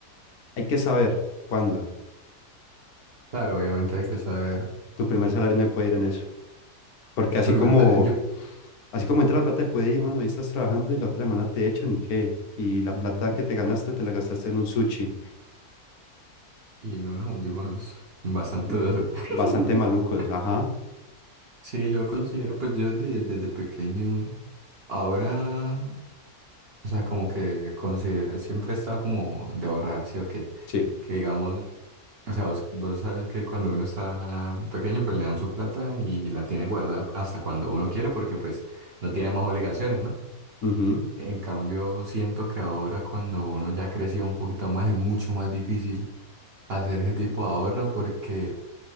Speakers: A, on the left; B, on the right.
A: hay que saber cuándo.
B: Claro, obviamente hay que saber.
A: Tu primer salario no puede ir en eso. Porque
B: Tu
A: así
B: primero,
A: como,
B: sa- yo...
A: así como entra la plata, te puede ir, mano, y estás trabajando y la otra semana te echan y qué. Y la
B: Ujú.
A: plata que te ganaste, te la gastaste en un sushi.
B: Y en unos audífonos bastante
A: Mm,
B: dudosos.
A: Bastante
B: <laughs>
A: malucos, ajá.
B: Sí, yo considero, pues yo de- desde pequeño, ahora O sea, como que considera, siempre está como de ahorrar, ¿sí o qué?
A: Sí.
B: Que digamos, o sea, vos, vos sabes que cuando uno está pequeño, pues le dan su plata y la tiene guardada hasta cuando uno quiere, porque pues no tiene más obligaciones, ¿no?
A: ujú.
B: En cambio, siento que ahora cuando uno ya creció un poquito más, es mucho más difícil hacer ese tipo de ahorro porque